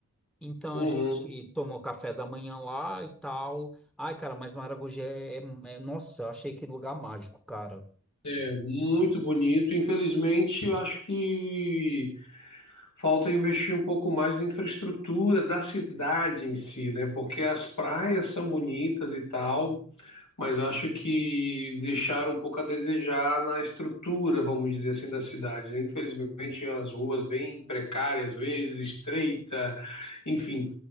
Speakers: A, in the centre; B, on the left (about 70°).
A: Então
B: uhum.
A: a gente tomou café da manhã lá e tal. Ai, cara, mas Maragogi é, é, é- nossa, eu achei que lugar mágico, cara.
B: É muito bonito. Infelizmente, eu acho que Falta investir um pouco mais na infraestrutura da cidade em si, né? Porque as praias são bonitas e tal, mas acho que deixaram um pouco a desejar na estrutura, vamos dizer assim, da cidade. né? Infelizmente, as ruas bem precárias, às vezes estreita, enfim.